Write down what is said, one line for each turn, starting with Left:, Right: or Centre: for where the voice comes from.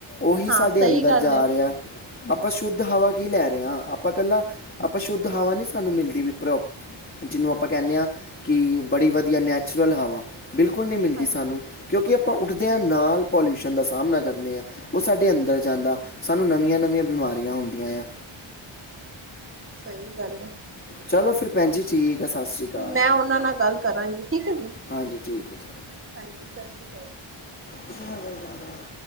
Left: ਉਹੀ
Right: ਹਾਂ
Left: ਸਾਡੇ
Right: ਸਹੀ
Left: ਅੰਦਰ
Right: ਗੱਲ
Left: ਜਾ
Right: ਹੈ
Left: ਰਿਹਾ। ਆਪਾਂ ਸ਼ੁੱਧ ਹਵਾ ਕੀ ਲੈ ਰਹੇ ਹਾਂ। ਆਪਾਂ ਇਕੱਲਾ ਆਪਾਂ ਸ਼ੁੱਧ ਹਵਾ ਨੀ ਸਾਨੂੰ ਮਿਲਦੀ ਵੀ ਪਰੋ- ਜਿਹਨੂੰ ਆਪਾਂ ਕਹਿੰਦੇ ਹਾਂ। ਕਿ ਬੜੀ ਵਧੀਆ ਨੈਚੁਰਲ ਹਵਾ। ਬਿਲਕੁਲ ਨੀ ਮਿਲਦੀ
Right: ਹਾਂਜੀ
Left: ਸਾਨੂੰ ਕਿਉਂਕਿ, ਆਪਾਂ ਉੱਠਦਿਆਂ ਨਾਲ, ਪੋਲਿਊਸ਼ਨ ਦਾ ਸਾਹਮਣਾ ਕਰਨੇ ਹਾਂ। ਉਹ ਸਾਡੇ ਅੰਦਰ ਜਾਂਦਾ, ਸਾਨੂੰ ਨਵੀਆਂ- ਨਵੀਆਂ ਬਿਮਾਰ- ਸਾਰੀਆਂ ਹੁੰਦੀਆਂ ਆ।
Right: ਸਹੀ ਗੱਲ ਆ।
Left: ਚਲੋ ਫੇਰ ਭੈਣ ਜੀ। ਆ ਸਤਿ ਸ਼੍ਰੀ ਅਕਾਲ
Right: ਮੈਂ, ਉਹਨਾਂ ਨਾਲ ਗੱਲ ਕਰਾਂਗੀ। ਠੀਕ ਹੈ, ਜੀ।
Left: ਹਾਂਜੀ ਠੀਕ ਹੈ ਜੀ
Right: ਹਾਂਜੀ, ਸਤਿ ਸ੍ਰੀ ਅਕਾਲ।
Left: ਕੀ ਗੱਲ ਹਾ <unintelligible>